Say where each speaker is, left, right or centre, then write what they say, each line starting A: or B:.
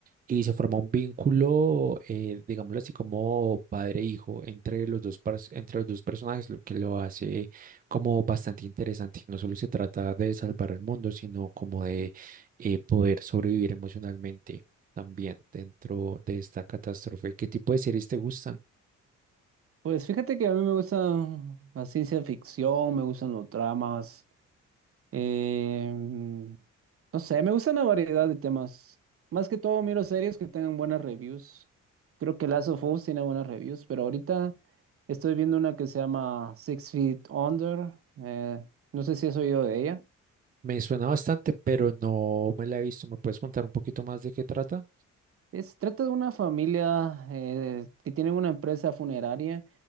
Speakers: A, on the right; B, on the right.
A: y se forma un vínculo, eh, digámoslo así como padre-hijo entre los dos, pers- entre los dos personajes, lo que lo hace como bastante interesante. No solo se trata de salvar el mundo, sino como de eh, poder sobrevivir emocionalmente también dentro de esta catástrofe. ¿Qué tipo de series te gustan?
B: Pues fíjate que a mí me gusta la ciencia ficción, me gustan los dramas, eh, mm, no sé, me gustan la variedad de temas. Más que todo miro series que tengan buenas reviews. Creo que Last of Us tiene buenas reviews, pero ahorita estoy viendo una que se llama Six Feet Under. eh, no sé si has oído de ella.
A: Me suena bastante, pero no me la he visto. ¿Me puedes contar un poquito más de qué trata?
B: Es, trata de una familia eh, que tienen una empresa funeraria